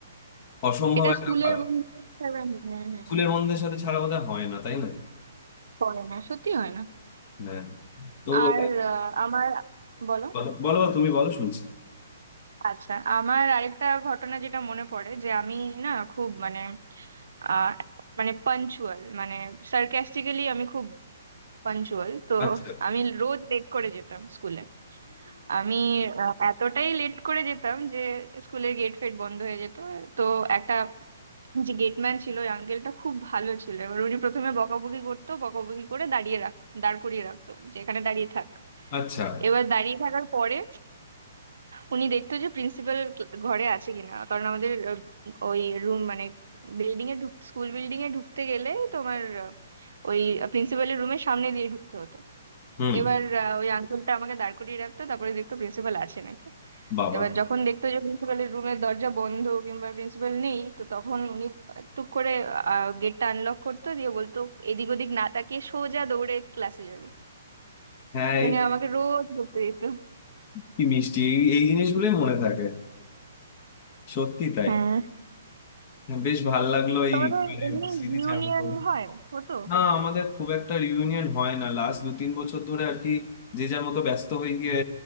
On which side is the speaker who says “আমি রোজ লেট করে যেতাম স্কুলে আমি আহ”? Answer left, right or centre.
Right